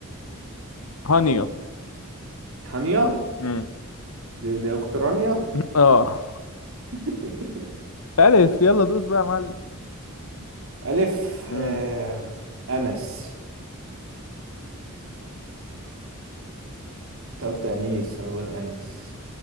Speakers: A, on the left; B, on the right.
A: هانيا
B: هانية
A: مم.
B: دي دي اخت رانيا
A: اه
B: <laughs>
A: <laughs> ألف يلا دوس بقى يا معلم
B: الف
A: مم.
B: آه. انس انت قلت انيس انا بقول انس